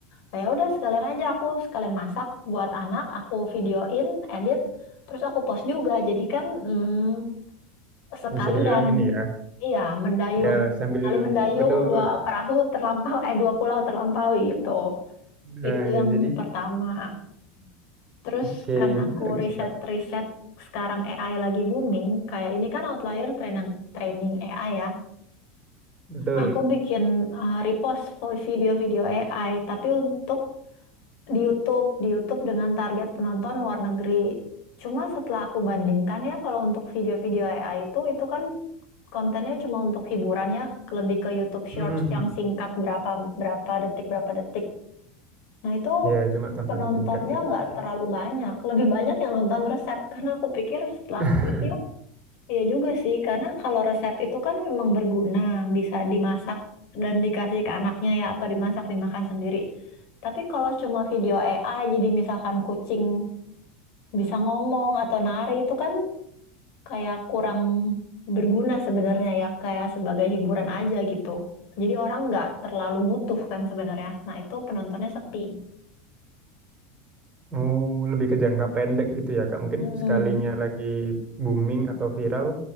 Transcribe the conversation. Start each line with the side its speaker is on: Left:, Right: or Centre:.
Left: "Ah, ya udah sekalian aja aku sekalian masak buat anak, aku videoin, edit, terus aku post juga. Jadi kan mm, sekalian,
Right: bisa dibilang ini ya
Left: iya mendayung,
Right: ya sambil
Left: kali mendayung
Right: betul
Left: dua perahu terlampau, eh dua pulau terlampaui gitu.
Right: nah
Left: Itu
Right: ya
Left: yang
Right: jadi
Left: pertama. Terus
Right: oke
Left: kan aku
Right: menarik
Left: riset-riset
Right: sih kak
Left: sekarang AI lagi booming, kayak ini kan Outlier training training AI ya.
Right: betul
Left: Aku bikin eh, repost video-video AI, tapi untuk di YouTube, di YouTube dengan target penonton luar negeri. Cuma setelah aku bandingkan ya, kalau untuk video-video AI itu, itu kan kontennya cuma untuk hiburan ya, lebih ke YouTube
Right: Mhm.
Left: Shorts yang singkat berapa berapa detik berapa detik. Nah itu
Right: ya cuma tontonan
Left: penontonnya
Right: singkat gitu
Left: nggak
Right: oke
Left: terlalu banyak, lebih banyak yang nonton resep karena aku pikir setelah
Right: <laughs>
Left: aku review Iya juga sih, karena kalau resep itu kan memang berguna, bisa dimasak dan dikasih ke anaknya ya, atau dimasak dimakan sendiri. Tapi kalau cuma video AI, jadi misalkan kucing bisa ngomong atau nari itu kan kayak kurang berguna sebenarnya ya, kayak sebagai hiburan aja gitu. Jadi orang nggak terlalu butuh kan sebenarnya. Nah itu penontonnya sepi.
Right: Oh, lebih ke jangka pendek gitu ya, Kak. Mungkin
Left: Hmm.
Right: sekalinya lagi booming atau viral,